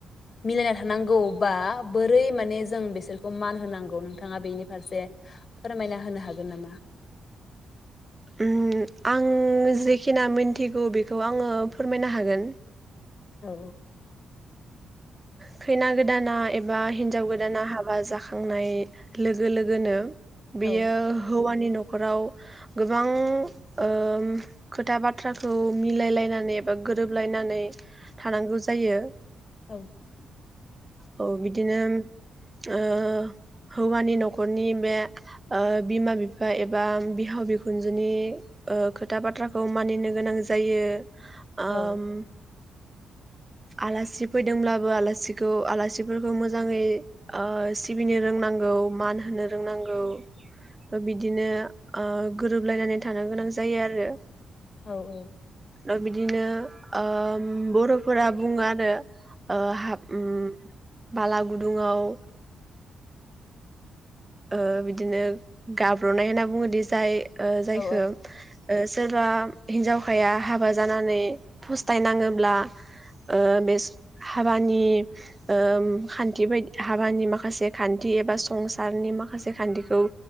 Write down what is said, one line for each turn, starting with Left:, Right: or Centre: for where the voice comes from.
Left: मिलायना थानांगौबा बोरै माने जों बिसोरखौ मान होनांगौ नोंथाङा बेनि फारसे फोरमायना होनो हागोन नामा
Right: ओम आं जेखिना मोनथिगौ बेखौ आङो फोरमायना हागोन
Left: औ
Right: खैना गोदाना एब बा हिनजाव गोदाना हाब बा जाखांनाय लोगो लोगोनो
Left: औ
Right: बियो हौवानि न' न'खराव गोबां ओम खोथा बाथ्राखौ मिलाय लायनानै एबा गोरोबलायनानै थानांगौ जायो
Left: औ
Right: औ बिदिनो ओ हौवानि न'खरनि बे ओ बिमा बिफा एबा बिहाव बिखुनजोनि ओ खोथा बाथ्राखौ मानिनो गोनां जायो
Left: औ
Right: आम आलासि फैदोंब्लाबो आला सिखौ आलासिफोरखौ मोजाङै आ सिबिनो रोंनांगौ मान होनो रोंनांगौ थ' बिदिनो आ गोरोबलायनानै थानो गोनां जायो आरो
Left: औ औ
Right: ल बिदिनो ओम बर'फोरा बुङो आरो ओ हाब उम बाला गुदुङाव ओ बिदिनो गाब्र'नाय होनना बुङोदि जाय ओ जायखो
Left: औ
Right: ओस सोरबा हिनजावखाया हाबा जानानै फस्थायनाङोब्ला ओ बेस हाबानि ओम खान्थि बायदि हाबानि माखासे खान्थि एबा संसा सारनि माखासे खान्थिखौ